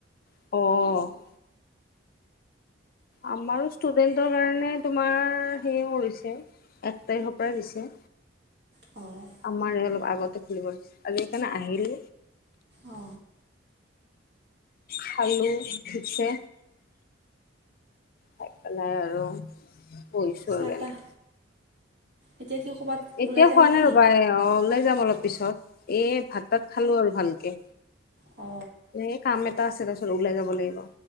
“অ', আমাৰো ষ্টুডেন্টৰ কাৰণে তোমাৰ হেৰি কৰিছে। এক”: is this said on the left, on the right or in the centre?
Left